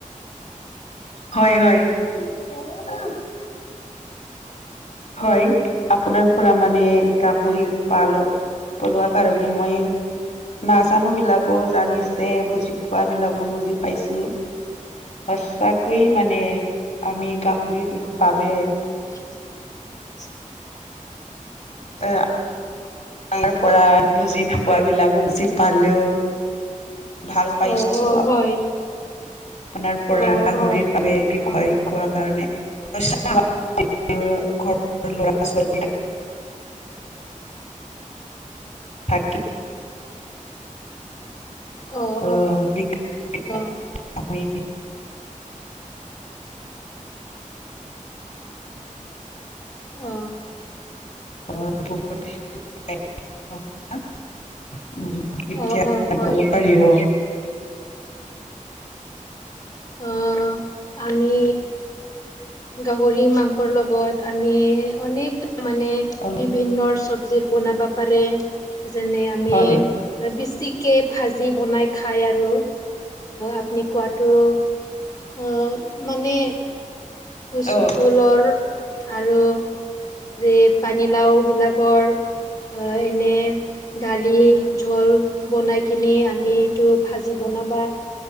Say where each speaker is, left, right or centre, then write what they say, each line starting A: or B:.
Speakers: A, on the left; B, on the left.
A: হয় হয়, <inaudible> হয় আপোনাৰ পৰা মানে গাহৰিৰ পাল পলোৱা কাৰণে মইও নাজানো বিলাকো জানিছে বুজি পোৱা বিলাকো বুজি পাইছোঁ। সচাকৈয়ে মানে আমি গাহৰিৰ
B: <inaudible>
A: বাবে এ আপোনাৰ পৰা বুজি নোপোৱা বিলাকো বুজি পালোঁ। ভাল পাইছো,
B: অ অ
A: আপ
B: হয়
A: আপোনাৰ পৰা
B: অ
A: গাহৰিৰ
B: অ
A: বাবে বিষয়,
B: অ
A: কোৱা কাৰণে <unintelligible> ঘৰত ল'ৰা ছোৱালী <unintelligible> <inaudible>
B: অ অ
A: <inaudible>
B: অ অ অ'
A: <inaudible> এতিয়া
B: অ অ হয়
A: ক'ব
B: হয়
A: পাৰিব।
B: অ' আমি গাহৰিৰ মাংসৰ লগত আমি অনেক মানে
A: অ
B: বিভিন্ন চব্জিৰ বনাব পাৰে যেনে আমি
A: হয়
B: বেছিক কে ভাজি বনাই খায় আৰু আপুনি কোৱাটো। অ' মানে কচু
A: অ
B: ফুলৰ আৰু এই পানীলাও বিলাকৰ অ' এনে দালি ঝোল বনাই কিনে আমি এইটো ভাজি বনাবা।